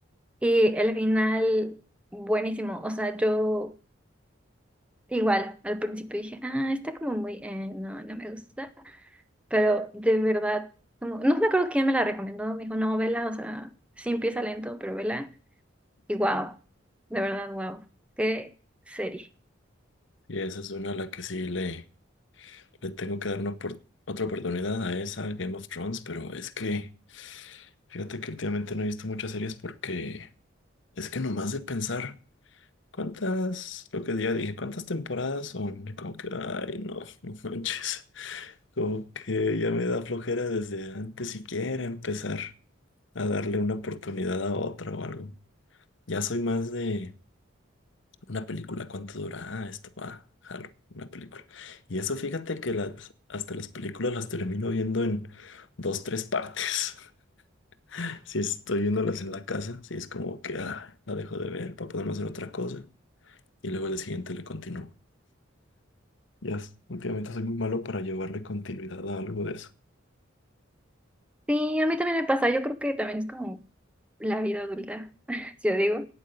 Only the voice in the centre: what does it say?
Y el final, buenísimo. O sea, yo igual al principio dije, ah, está como muy, eh, no, no me gusta. Pero de verdad, como, no me acuerdo quién me la recomendó, me dijo, no, vela, o sea, sí empieza lento, pero vela. Y wow, de verdad, wow, qué serie.
Sí, a mí también me pasa, yo creo que también es como la vida adulta, <laughs> yo digo.